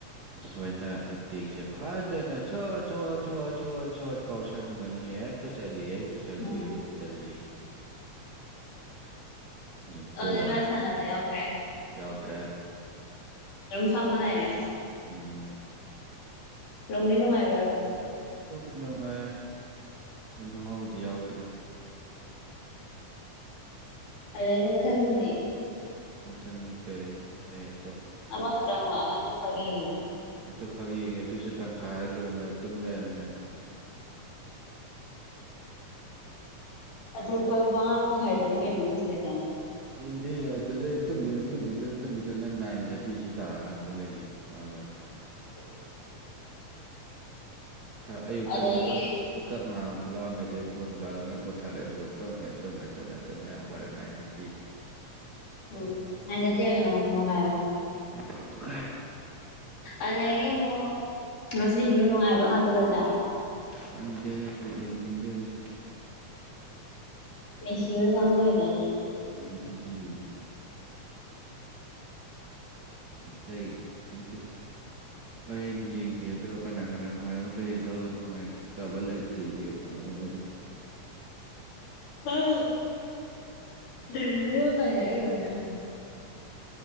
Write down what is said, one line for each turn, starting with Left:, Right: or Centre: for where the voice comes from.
Right: ꯅꯣꯏꯅ ꯑꯦꯇꯦꯛꯁꯦ ꯐꯖꯅ ꯁꯣꯠ ꯁꯣꯠ ꯁꯣꯠ ꯁꯣꯠ ꯁꯣꯠ ꯀꯥꯎꯁꯟꯕꯅꯤ ꯍꯦꯛꯇ ꯆꯜꯂꯤ ꯈꯛꯇ ꯆꯜꯂꯤ
Left: ꯎꯝ
Right: ꯈꯛꯇ ꯆꯜꯂꯤ ꯑꯗꯨꯝ
Left: ꯑꯗꯨꯗꯤ
Right: ꯄꯣꯒ꯭ꯔꯦ
Left: ꯃꯥ ꯁꯥꯟꯅꯕ
Right: ꯃꯣꯏ
Left: ꯌꯥꯎꯗ꯭ꯔꯦ
Right: ꯌꯥꯎꯗ꯭ꯔꯦ
Left: ꯐꯝꯃ ꯂꯩꯔꯦ
Right: ꯎꯝ
Left: ꯅꯨꯡꯗꯤ ꯅꯨꯡꯉꯥꯏꯕ꯭ꯔꯕ
Right: ꯗꯨꯝ ꯅꯨꯡꯉꯥꯏ ꯑ ꯃꯍꯥꯎꯗꯤ ꯌꯥꯎꯗ꯭ꯔꯦ
Left: ꯑꯗꯩꯩ ꯗꯤ ꯃꯊꯪꯒꯤꯗꯤ
Right: ꯃꯊꯪꯒꯤ ꯀꯩ ꯑꯩꯌꯠ
Left: ꯑꯃ ꯈꯛꯇꯥꯡꯂꯣ ꯑꯗꯨ ꯈꯛ ꯌꯦꯡꯏ ꯔꯣ
Right: ꯑꯗꯨ ꯈꯛ ꯌꯦꯡꯉꯦ ꯑꯗꯨꯏꯁꯨ ꯇꯪꯈꯥꯏ ꯂꯣꯏꯔꯝꯗꯥꯏ ꯇꯨꯝ ꯂꯩꯔꯝꯃꯦ
Left: ꯑꯇꯣꯞꯄ ꯃꯉꯥ ꯃꯈꯥꯏꯗꯨꯔꯥ ꯀꯩꯅꯣꯝ ꯃꯥꯁꯨ ꯂꯩꯗꯥꯢꯅꯦ
Right: ꯌꯦꯡꯗꯦ ꯑꯗꯨꯗꯩ ꯇꯨꯝꯒꯤꯗꯨꯅ ꯇꯨꯝꯒꯤꯗꯨꯅ ꯇꯨꯝꯒꯤꯗꯨꯅ ꯅꯥꯏꯟ ꯊꯥꯔꯇꯤꯁꯤ ꯇꯥꯔꯀꯥꯟ ꯍꯧꯒꯠꯂꯏꯁꯤꯅꯦ ꯋꯥ ꯂꯣꯏꯔꯦ
Left: <inaudible>
Right: ꯈꯔ ꯑꯌꯨꯛꯇ
Left: ꯑꯗꯒꯤ
Right: ꯃꯤꯀꯞ ꯃꯤꯀꯞ ꯉꯥꯏꯍꯥꯛ ꯊꯣꯛꯂꯛꯑꯝꯃꯦ ꯑꯗꯨꯗꯩ ꯐꯣꯟꯀꯩꯀꯥ ꯂꯣꯏ ꯃꯨꯠꯊꯠꯂꯦ ꯑꯗꯨꯒ ꯇꯨꯝꯃꯦ ꯇꯨꯝꯃꯦ ꯇꯨꯝꯃꯦ ꯇꯨꯝꯃꯦ ꯍꯧꯒꯠꯂꯦ ꯅꯥꯏꯟ ꯊꯔꯇꯤ
Left: ꯎꯝ ꯅꯥꯟ ꯊꯥ꯭ꯔꯇꯤ ꯍꯥꯏꯅꯣ ꯃꯄꯥꯟ ꯃꯈꯥꯏ ꯍꯥꯏꯌꯣ
Right: ꯃꯄꯜ ꯃꯈꯥꯏ
Left: ꯑꯗꯒꯤ ꯑꯃꯨꯛ ꯉꯁꯤꯁꯨ ꯅꯨꯡꯉꯥꯏꯕ ꯉꯥꯛꯇ ꯂꯩꯗꯥꯏ
Right: ꯈꯪꯗꯦ ꯑꯩ ꯌꯦꯡꯅꯤꯡꯗꯦꯗ
Left: ꯃꯦꯁꯤ ꯑꯣꯏ ꯀꯥꯡꯒꯨ ꯂꯩꯗꯥꯏꯅꯦ
Right: ꯑ ꯑꯗꯨꯗꯤ ꯌꯦꯡ ꯑꯇꯩ ꯀꯟꯇꯦ ꯍꯣꯔꯦꯟ ꯌꯦꯡꯒꯦ ꯑꯗꯨꯒ ꯀꯅ ꯀꯅꯥ ꯅꯨꯡꯉꯥꯏꯕ ꯂꯩꯌꯦꯗꯣ ꯅꯨꯡꯉꯥꯏꯇꯕ ꯂꯩꯔꯇꯤ ꯌꯦꯡꯉꯔꯣꯏ
Left: ꯑ ꯗꯔꯦꯜ ꯀꯔꯤ ꯍꯥꯏꯔꯛꯏꯅꯣ ꯉꯔꯥꯡ